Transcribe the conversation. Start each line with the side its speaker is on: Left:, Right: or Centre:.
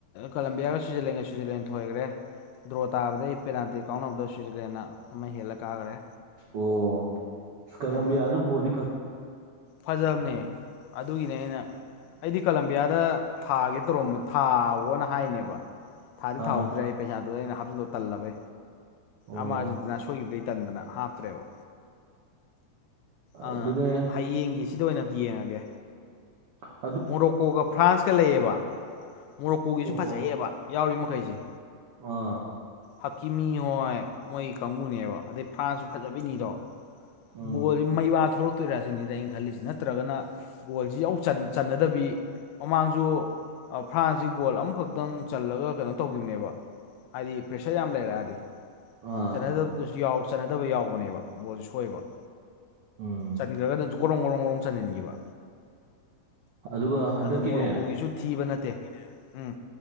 Left: ꯀꯂꯝꯕꯤꯌꯥꯒ ꯁ꯭ꯋꯤꯖꯔꯂꯦꯟꯒ ꯁ꯭ꯋꯤꯖꯔꯂꯦꯟ ꯊꯣꯏꯈ꯭ꯔꯦ ꯗ꯭ꯔꯣ ꯇꯥꯕꯗꯩ ꯄꯦꯅꯥꯜꯇꯤ ꯀꯥꯎꯅꯕꯗꯣ ꯁ꯭ꯋꯤꯖꯔꯂꯦꯟꯟꯅ ꯑꯃ ꯍꯦꯜꯂ ꯀꯥꯈ꯭ꯔꯦ
Right: ꯑꯣ ꯀꯂꯝꯕꯤ
Left: ꯑꯥ
Right: ꯌꯥꯖꯁꯨ ꯕꯣꯜꯅꯤ ꯐꯖꯩ
Left: ꯐꯖꯕꯅꯦ ꯑꯗꯨꯒꯤꯅꯦ ꯑꯩꯅ ꯑꯩꯗꯤ ꯀꯂꯝꯕꯤꯌꯥꯗ ꯊꯥꯒꯦ ꯇꯧꯔꯝꯕ ꯊꯥꯎꯋꯣꯅ ꯍꯥꯏꯅꯦꯕ ꯊꯥꯗꯤ
Right: ꯑꯥ
Left: ꯊꯥꯎꯍꯧꯗ꯭ꯔꯦ ꯑꯩ ꯄꯩꯁꯥꯗꯨꯗ ꯑꯩꯅ ꯍꯥꯞꯆꯤꯟꯂꯣ ꯇꯜꯂꯕ
Right: ꯑꯣ
Left: ꯑꯃꯥꯔꯖꯦꯟꯁꯤꯅꯥ ꯁꯣꯏꯈꯤꯕꯗꯩ ꯇꯟꯗꯅ ꯍꯥꯞꯇ꯭ꯔꯦꯕ
Right: ꯑꯗꯨꯅꯦ
Left: ꯑ ꯍꯌꯦꯡꯒꯤ ꯁꯤꯗ ꯑꯣꯏꯅ ꯌꯦꯡꯉꯒꯦ
Right: UNINTELLIGIBLE
Left: ꯃꯣꯔꯣꯛꯀꯣꯒ ꯐ꯭ꯔꯥꯟꯁꯀ ꯂꯩꯌꯦꯕ ꯃꯣꯔꯣꯛꯀꯣꯒꯤꯁꯨ
Right: ꯑꯣ
Left: ꯐꯖꯩꯑꯕ ꯌꯥꯎꯔꯤ ꯃꯈꯩꯁꯦ
Right: ꯑꯥ
Left: ꯍꯀꯤꯃꯤ ꯍꯣꯏ ꯃꯣꯏ ꯀꯥꯡꯕꯨꯅꯦꯕ ꯑꯗꯩ ꯐ꯭ꯔꯥꯟꯁꯤꯁꯨ ꯐꯖꯕꯤꯅꯤꯗꯣ
Right: ꯎꯝ
Left: ꯕꯣꯜ ꯃꯩ ꯋꯥ ꯊꯣꯛꯂꯛꯇꯣꯏꯔꯥ ꯁꯤꯅꯤꯗ ꯑꯩꯅ ꯈꯜꯂꯤꯁꯤ ꯅꯠꯇ꯭ꯔꯒꯅ ꯒꯣꯜꯁꯤ ꯌꯥꯎ ꯆꯟ ꯆꯟꯅꯗꯕꯤ ꯃꯃꯥꯡꯁꯨ ꯐ꯭ꯔꯥꯟꯁꯁꯤ ꯒꯣꯜ ꯑꯃꯈꯛꯇꯪ ꯆꯜꯂꯒ ꯀꯩꯅꯣ ꯇꯧꯈꯤꯕꯅꯦꯕ ꯍꯥꯏꯗꯤ ꯄ꯭ꯔꯦꯁꯔ ꯌꯥꯝ ꯂꯩꯔꯛꯑꯗꯤ
Right: ꯑꯥ
Left: ꯆꯟꯅꯗꯕꯗꯨꯁꯨ ꯌꯥꯎ ꯆꯟꯅꯗꯕ ꯌꯥꯎꯕꯅꯦꯕ ꯕꯣꯜꯁꯨ ꯁꯣꯏꯕ
Right: ꯎꯝ
Left: ꯆꯟꯈ꯭ꯔꯒꯅ ꯖꯨ ꯒ‌ꯣꯔꯣꯡ ꯒ‌ꯣꯔꯣꯡ ꯒ‌ꯣꯔꯣꯡ ꯆꯟꯁꯤꯟꯈꯤꯕ
Right: ꯑꯗꯨꯒ ꯍꯟꯗꯛꯀꯤꯅꯦ
Left: ꯑꯗꯨ ꯃꯣꯔꯣꯛꯀꯣꯒꯤꯁꯨ ꯊꯤꯕ ꯅꯠꯇꯦ ꯎꯝ